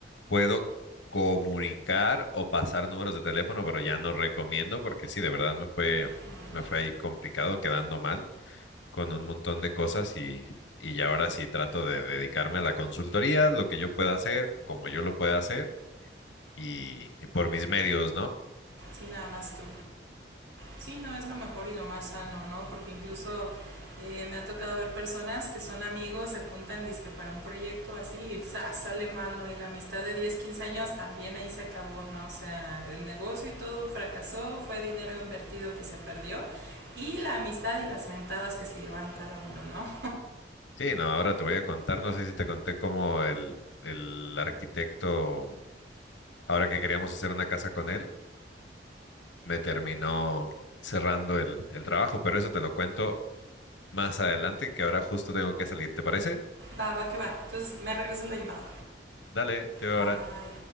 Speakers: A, on the left; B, on the right.
A: puedo comunicar o pasar números de teléfono, pero ya no recomiendo porque sí, de verdad me fue,
B: Mm.
A: me fue ahí complicado, quedando mal con un montón de cosas y, y ya ahora sí trato de dedicarme a la consultoría, lo que yo pueda hacer, como yo lo pueda hacer y, y por mis medios, ¿no?
B: Sí, nada más tú. Sí, no, es lo mejor y lo más sano, ¿no? Porque incluso eh, me ha tocado ver personas que son amigos, se juntan dizque para un proyecto así y ¡zas! sale mal, ¿no? Y la amistad de 10 15 años también ahí se acabó, ¿no? O sea, el negocio y todo fracasó, fue dinero invertido que se perdió y la amistad y las mentadas que se llevaron cada uno, ¿no?
A: Sí, no, ahora te voy a contar, no sé si te conté cómo el, el arquitecto, ahora que queríamos hacer una casa con él, me terminó cerrando el, el trabajo, pero eso te lo cuento más adelante, que ahora justo tengo que salir, ¿te parece?
B: Va, va que va. Entonces, me regresas la llamada.
A: Dale, te veo
B: Bye.
A: ahora.